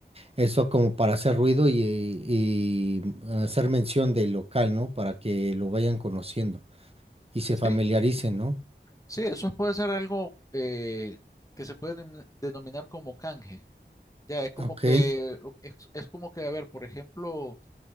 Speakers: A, on the right (about 30°); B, on the left (about 20°).
A: Eso como para hacer ruido y, y hacer mención del local, ¿no? Para que lo vayan conociendo y se
B: Sí,
A: familiaricen, ¿no?
B: sí, eso puede ser algo eh, que se puede denom- denominar como canje. Ya, es como
A: Ok,
B: que, o- es, es como que, a ver, por ejemplo,